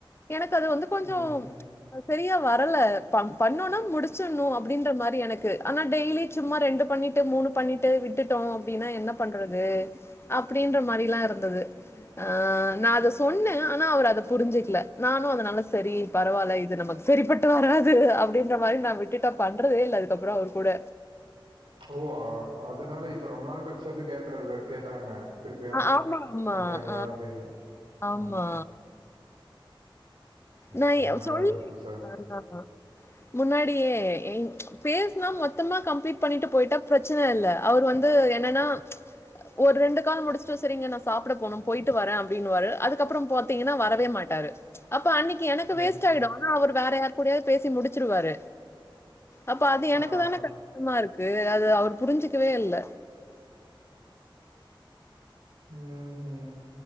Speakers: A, on the left; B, on the right.
A: எனக்கு அது வந்து கொஞ்சோ
B: ம்.
A: சரியா வரல ப பண்ணோனா முடிச்சுணு அப்டின்ற மாரி எனக்கு ஆனா டெய்லி சும்மா ரெண்டு பண்ணிட்டு மூணு பண்ணிட்டு விட்டுட்டோ அப்டின்னா என்ன பண்றது அப்டின்ற மாரிலா இருந்தது ஆ நா அத சொன்ன ஆனா அவர் அத புரிச்சுக்கல நானு அதுனால செரி பரவால்ல இது நமக்கு சரிப்பட்டு வராது அப்டின்ற மாரி நா விட்டுட்ட பண்றதே இல்ல அதுக்கப்றோ அவர் கூட
B: ஓவ அதுனால இப்ப ரொம்ப நாள் கழிச்சு வந்து கேட்றது கேட்டாங்க திருப்பியு
A: ஆ ஆமா ஆமா
B: பண்றிங்களா
A: ஆ
B: அப்டின்னு
A: ஆமா
B: ஆ
A: நா
B: இது என்னடா
A: எ சொல்லி
B: இது புதுசா
A: <unintelligible>
B: இரு
A: முன்னாடியே பேஸ்னா மொத்தமா கம்ப்லிட் பண்ணிட்டு போயிட்டா பிரச் பிரச்சன இல்ல அவரு வந்து என்னன்னா ஒரு ரெண்டுகால் முடிச்சுட்டு செரிங்க நா சாப்ட போனு போயிட்டு வர அப்டின்னுவாரு அதுக்கப்றோ பாத்தீங்கன்னா வரவே மாட்டாரு அப்ப அன்னிக்கு எனக்கு
B: ம்.
A: வேஸ்ட் ஆயிடு ஆனா அவர் வேற யாரு கூடயாவது பேசி முடிச்சிருவாரு அப்ப அது எனக்கு
B: ஆ.
A: தான கஷ்டமா இருக்கு அது அவர் புரிஞ்சிக்கவே இல்ல
B: ம் ஹு